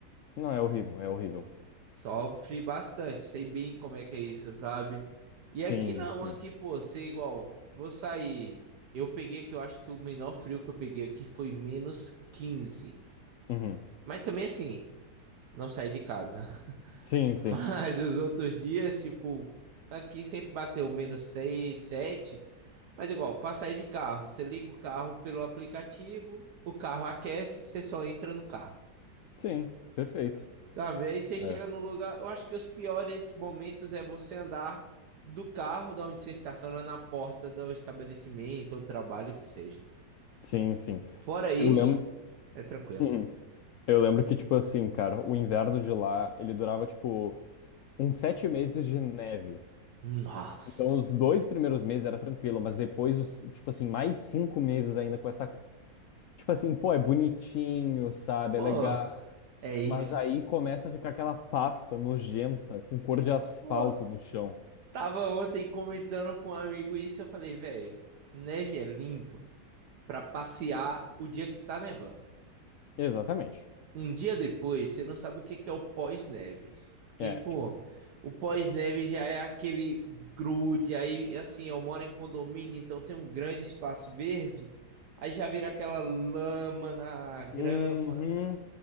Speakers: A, on the left; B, on the right.
A: Não, é horrível, é horrível.
B: sofre bastante. Sei bem como é que é isso, sabe? E
A: Sim,
B: aqui não,
A: sim.
B: aqui, pô, sei igual. Vou sair. Eu peguei que eu acho que o menor frio que eu peguei aqui foi menos quinze
A: Uhum.
B: Mas também assim, não saí de casa. <laughs>
A: Sim,
B: Mas
A: sim.
B: os outros dias, tipo, aqui sempre bateu menos seis sete Mas igual, para sair de carro, você liga o carro pelo aplicativo, o carro aquece, você só entra no carro.
A: Sim, perfeito.
B: Sabe? Aí você chega
A: É.
B: no lugar. Eu acho que os piores momentos é você andar do carro da onde você estaciona na porta do estabelecimento ou trabalho que seja.
A: Sim, sim.
B: Fora isso,
A: Eu lembro.
B: é tranquilo.
A: Uhum. Eu lembro que, tipo assim, cara, o inverno de lá, ele durava, tipo, uns sete meses de neve.
B: Nossa.
A: Então, os dois primeiros meses era tranquilo, mas depois, os, tipo assim, mais cinco meses ainda com essa. Tipo assim, pô, é bonitinho, sabe?
B: Pô,
A: É legal.
B: é isso.
A: Mas aí começa a ficar aquela pasta nojenta com cor de asfalto
B: Pô,
A: no chão.
B: tava ontem comentando com um amigo isso, eu falei, velho, neve é lindo para passear o dia que tá nevando.
A: Exatamente.
B: um dia depois, você não sabe o que que é o pós-neve. Porque,
A: É,
B: pô,
A: tipo.
B: o pós-neve já é aquele grude. Aí, assim, eu moro em condomínio, então tem um grande espaço verde. Aí já vira aquela lama na grama.
A: Uhum.